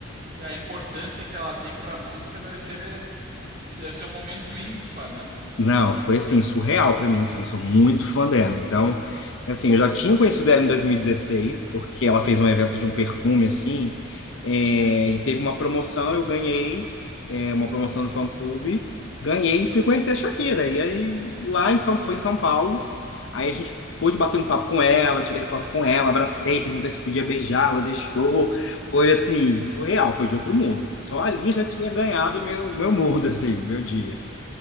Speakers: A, on the right; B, on the left.
A: é, a importância que ela tem pra música deve ser, deve ser um momento ímpar, né?
B: Não, foi assim, surreal pra mim, assim, eu sou muito fã dela. Então, assim, eu já tinha conhecido ela em 2016, porque ela fez um evento de um perfume, assim, é, e teve uma promoção, eu ganhei, é, uma promoção
A: Ó.
B: do fã-clube, ganhei e fui conhecer a Shakira. E aí, lá em São, foi em São Paulo, aí a gente pôde bater um papo com ela, tirei foto com ela, abracei, perguntei se podia beijar, ela deixou. Foi, assim, surreal, foi de outro mundo. Só ali eu já tinha ganhado meu, meu mundo, assim, meu dia.